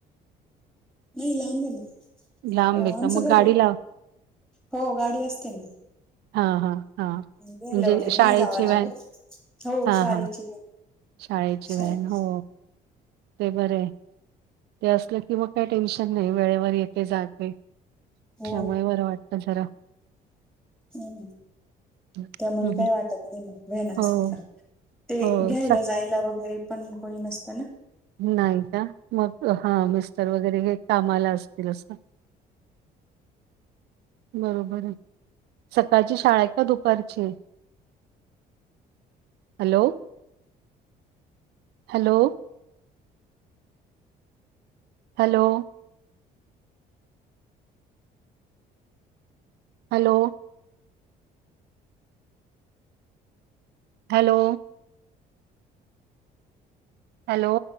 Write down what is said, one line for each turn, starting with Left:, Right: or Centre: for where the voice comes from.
Centre: नाही लांबे ना
Right: लांब आहे
Centre: आमचं
Right: का मग गाडी
Centre: घरी
Right: लाव
Centre: हो गाडी असते ना
Right: हा हा हा
Centre: घ्यायला
Right: म्हणजे
Centre: वगैरे
Right: शाळेची
Centre: नाही जावं लागत
Right: वन
Centre: हो
Right: हा
Centre: शाळेची
Right: हा शाळेची
Centre: शाळे
Right: वॅन हो ते बरं आहे ते असलं की मग काय टेन्शन नाही वेळेवर येथे जाग
Centre: हो
Right: त्यामुळेय बरं वाटत जरा
Centre: हम्
Right: हं,
Centre: त्यामुळे
Right: हं.
Centre: काही वाटत नाही ना वन असली
Right: हो,
Centre: का ते
Right: हो
Centre: घ्यायला
Right: स
Centre: जायला वगैरे पण कोणी नसताना
Right: नाही का मग हा मिस्तर वगैरे घ्याय कामाला असतील असं बरोबर आहे सकाळची शाळा आहे का दुपारची hello hello hello hello hello hello